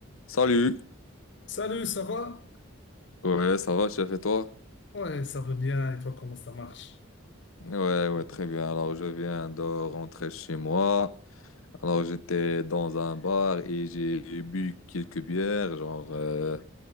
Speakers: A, on the left (about 80°); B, on the left (about 55°).
A: Salut.
B: Salut, ça va?
A: Ouais, ça va, chef, et toi?
B: Ouais, ça va bien. Et toi, comment ça marche?
A: Ouais, ouais, très bien. Alors, je viens de rentrer chez moi. Alors, j'étais dans un bar et j'ai bu quelques bières. Genre, euh,